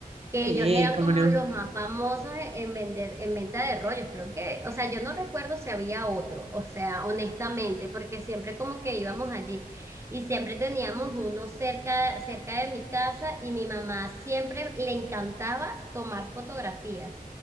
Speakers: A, on the right (about 20°); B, on the right (about 40°).
A: Que
B: Sí,
A: ellos eran
B: cómo
A: como
B: no.
A: los más famosos e- en vender, en venta de rollos, creo que. O sea, yo no recuerdo si había otro, o sea, honestamente, porque siempre como que íbamos allí y siempre teníamos uno cerca, cerca de mi casa y mi mamá siempre le encantaba tomar fotografías